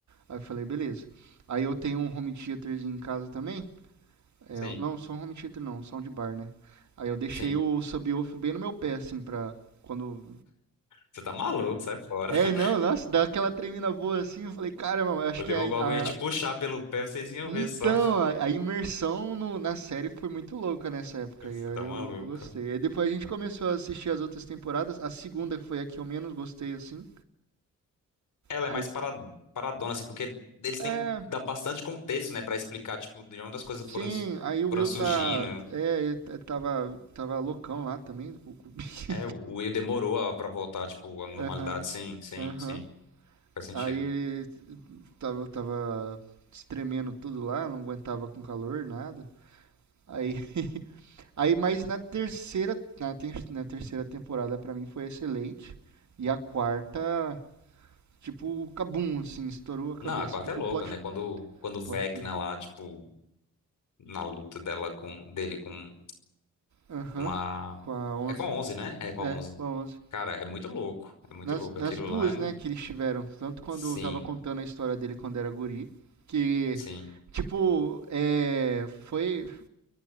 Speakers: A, on the right (about 60°); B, on the left (about 65°).
A: Aí eu falei: "Beleza". Aí eu tenho um home theaterzinho em casa também. É,
B: Sim,
A: não, só um home theater não, um soundbar, né? Aí eu deixei
B: sim.
A: o subwoofer bem no meu pé assim pra quando
B: Você tá maluco, sai fora.
A: é,
B: <laughs>
A: não, nossa, dá aquela tremida boa assim. Eu falei, caramba, acho
B: O
A: que
B: Demogorgon
A: é a,
B: ia te
A: a,
B: puxar pelo pé, vocês iam
A: Então,
B: ver só.
A: a, a imersão no- na série foi muito louca nessa época
B: <laughs>
A: e
B: Você
A: aí
B: tá
A: eu,
B: maluco.
A: eu gostei. Aí depois a gente começou a assistir as outras temporadas. A segunda foi a que eu menos gostei, assim.
B: Ela
A: Aí,
B: é mais para, paradona, assim, porque eles
A: é,
B: têm que dar bastante contexto, né, Pra explicar, tipo, de onde as coisas
A: sim,
B: foram,
A: aí o
B: foram
A: Will
B: surgindo.
A: tá. É, ele t- é, tava, tava loucão lá também. o- o- <laughs>
B: É, o o Will demorou a- pra voltar, tipo, à normalidade,
A: Aham,
B: sim, sim,
A: aham.
B: sim, faz sentido.
A: Aí ele tava, tava se tremendo tudo lá, não aguentava com calor, nada. Aí, <laughs> aí mas na terceira, na, ter- na terceira temporada pra mim foi excelente. E a quarta, Tipo, cabum, assim, estourou a cabeça.
B: Não, a quarta
A: Tipo,
B: é louca,
A: plot,
B: né, quando, quando o Vecna
A: plot twist.
B: lá, tipo, na luta dela com, dele com,
A: Aham,
B: com a...
A: com a onze
B: É com a 11 né? É com
A: É,
B: a onze
A: com a onze
B: Cara, é muito louco, é muito
A: Nas,
B: louco,
A: nas
B: aquilo
A: duas,
B: lá é...
A: né, que eles tiveram. Tanto quando
B: Sim,
A: eu tava contando a história dele quando era guri, que,
B: sim,
A: tipo, é, foi...